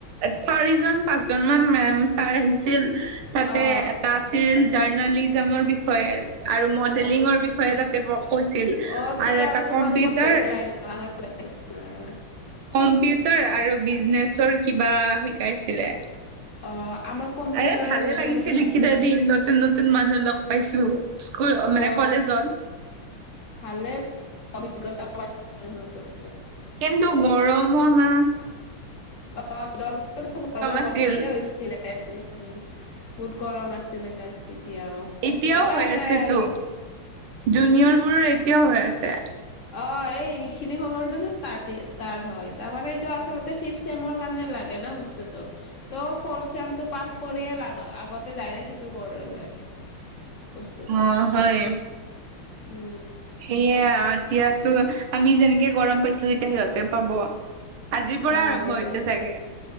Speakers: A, on the right (about 85°); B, on the left (about 50°).
A: চাৰিজন পাঁচ জন মান মেম চাৰ আহিছিল। তাতে
B: অ
A: এটা আছিল জাৰ্ণালিজমৰ বিষয়ে আৰু মডেলিঙৰ
B: অ
A: বিষয়ে হয়ে তাতে ব কৈছিল
B: অ তেতিয়াহ'লে
A: আৰু এটা
B: তোমালোকৰ
A: কম্পিউটাৰ
B: <unintelligible>
A: কম্পিউটাৰ আৰু বিজনেছ কিবা শিকাইছিলে্
B: অ' আমাক কম্পিউটাৰৰ
A: এই ভালে
B: বিষয়ে
A: লাগিছিল
B: শিকাইছিলে
A: এই কেইটা দিন, নতুন নতুন মানুহ লগ পাইছো স্কুল মানে
B: অ
A: কলেজত।
B: ভালে অভিজ্ঞতা নত <unintelligible>
A: কিন্তু গৰমৰ মাহ
B: গৰমৰ যোৱা বছৰটো গৰমৰ
A: আছিল
B: বন্ধতে হৈছে। ছিলে উম বহুত গৰম আছিলে তাত তেতিয়াও।
A: ইতিয়াও
B: উপায়
A: হৈ
B: নাই
A: আছে
B: আৰু
A: তো,
B: হম
A: জুনিয়ৰ বোৰৰ ইতিয়াও হৈ আছে।
B: অ' এই এইখিনি সময়তো যে ষ্টাৰ্টি ষ্টাৰ্ট হয়, তাৰমানে এইটো আচলতে ফিফ্ট চেমৰ কাৰণে লাগে ন' বস্ টো ত' ফ'ৰ্ট চেমটো পাছ কৰিয় আগতে ডাইৰেক্ট সেইটো কৰি লয়।
A: <inaudible>
B: বস্তটো
A: অ হয়
B: উম,
A: সেয়ে এতিয়াতো আমি যেনেকে গৰম পাইছিলো এতিয়া সিহঁতে পাব। আজিৰ পৰা
B: অ
A: আৰম্ভ
B: এটাই
A: হৈছে চাগে?